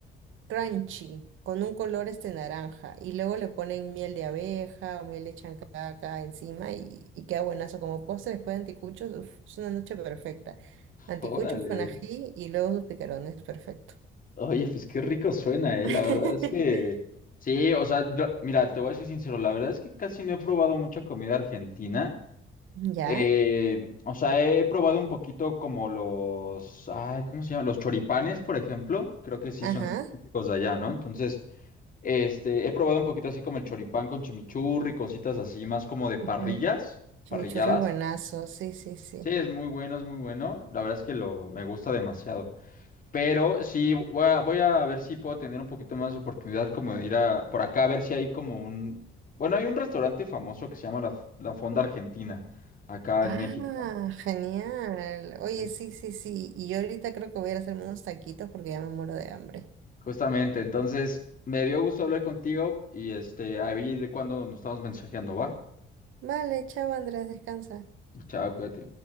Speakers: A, on the right; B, on the left.
A: crunchy, con un color este naranja. Y luego le ponen miel de abeja o miel de chancaca encima y, y queda buenazo como postre después de anticuchos. uf, es una noche perfecta. Anticuchos
B: órale.
A: con ají y luego sus picarones, perfecto.
B: Oye, pues qué rico suena, eh,
A: <laughs>
B: la verdad es que, sí, o sea, yo- mira, te voy a ser sincero, la verdad es que casi no he probado mucha comida argentina.
A: ¿Ya?
B: Eh, o sea, he probado un poquito como los, ay, ¿cómo se llama? Los choripanes, por ejemplo, creo que sí son
A: Ajá.
B: típicos de allá, ¿no? Entonces... Este, he probado un poquito así como el choripán con chimichurri, cositas así, más como de parrillas,
A: Uy, chimichurri
B: parrilladas.
A: es buenazo, sí, sí, sí.
B: Sí, es muy bueno, es muy bueno. La verdad es que lo, me gusta demasiado. Pero sí, voy a, voy a ver si puedo tener un poquito más de oportunidad como de ir a, por acá a ver si hay como un... Bueno, hay un restaurante famoso que se llama La, La Fonda Argentina, acá
A: Ah,
B: en México.
A: genial. Oye,
B: En-
A: sí, sí, sí. Y yo ahorita creo que voy a ir a hacerme unos taquitos porque ya me muero de hambre.
B: justamente, entonces me dio gusto hablar contigo y este, ahí cuando nos estamos mensajeando, ¿va?
A: Vale, chao Andrés, descansa.
B: Chao, cuídate.